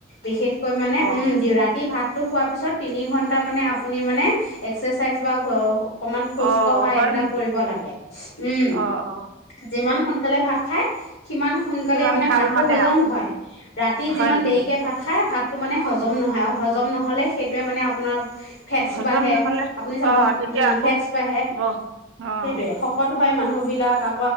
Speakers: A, on the left; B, on the right.
A: বিশেষকৈ মানে
B: অ'
A: উম <unintelligible> ভাতটো খোৱাৰ পিছত তিনিঘন্টা মানে আপুনি মানে এক্সাৰচাইজ বা <unintelligible> অকমান খোজ
B: অ'
A: কঢ়া
B: হয়
A: এইবিলাক
B: নেকি
A: কৰিব লাগে উম
B: অ' অ'
A: যিমান সোন- -কালে ভাত খাই সিমান সোনকালে
B: কিমান
A: মানে
B: ভাল
A: ভাতটো হজম
B: আৰু
A: হয় ৰাতি যিমান
B: হয় নেকি
A: দেৰিকে ভাত খাই ভাত তো মানে হজম নহয় আৰু হজ- জম নহ'লে সেই টোৱে মানে ফেটছ
B: হজম
A: বাঢ়ে
B: নহ'লে
A: আপুনি চাবচো
B: অ' তেতিয়া
A: উম
B: আকৌ
A: ফেটছ বাঢ়ে
B: ব- অ'
A: সেইটোৱেই শকত হয় মানুহবিলাক আ